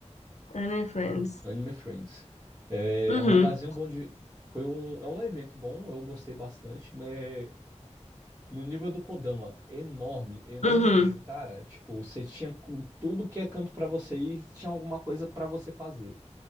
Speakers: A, on the left (about 75°); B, on the right (about 20°).
A: Anne and Friends.
B: Anime Friends. É,
A: Uhum.
B: é um lugarzinho bom de. Foi um, é um evento bom, eu gostei bastante, mas no nível do Kodama, enorme, enorme
A: Uhum.
B: mesmo, cara. Tipo, você tinha com tudo que é canto pra você ir, tinha alguma coisa pra você fazer.